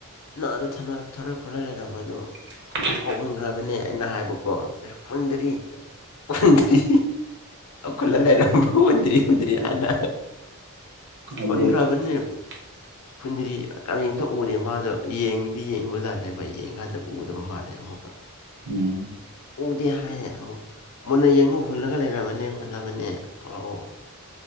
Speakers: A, on the left (about 75°); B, on the right (about 50°).
A: ꯅꯪ ꯑꯗꯨ ꯊꯅꯣꯏ ꯊꯔꯣꯏ ꯈꯨꯜꯂꯥ ꯂꯩꯔꯝꯕ ꯑꯗꯨ
B: <unintelligible>
A: ꯐꯨ ꯍꯨꯟꯈ꯭ꯔꯕꯅꯦ ꯑꯩꯅ ꯍꯥꯏꯕꯀꯣ ꯍꯨꯟꯗꯥꯔꯤ ꯍꯨꯟꯗ꯭ꯔꯤ ꯈꯨꯜꯂ ꯂꯩꯔꯝꯕ ꯍꯨꯟꯗ꯭ꯔꯤ ꯍꯨꯟꯗ꯭ꯔꯤ ꯍꯥꯏꯅ
B: ꯑꯗꯨ
A: ꯍꯨꯟꯈ꯭ꯔꯕꯅꯦ
B: <inaudible>
A: ꯈꯨꯨꯟꯗ꯭ꯔꯤ ꯀꯔꯤꯝꯇ ꯎꯗꯦ ꯃꯥꯗꯣ ꯌꯦꯡꯗꯤ ꯌꯦꯡꯕꯖꯥꯠꯅꯦꯕ ꯌꯦꯡꯀꯥꯟꯗ ꯎꯗꯕ ꯃꯥꯜꯂꯦ ꯑꯃꯨꯛ
B: ꯎꯝ
A: ꯑꯣꯗ ꯍꯥꯏꯌꯦ ꯑꯃꯨꯛ ꯃꯨꯟꯅ ꯌꯦꯡꯉꯨ ꯍꯨꯜꯂꯒ ꯂꯩꯔꯕꯅꯦ ꯍꯨꯜꯂꯥꯕꯅꯦ ꯊꯣꯛꯂꯛꯑꯣ ꯀꯨꯏ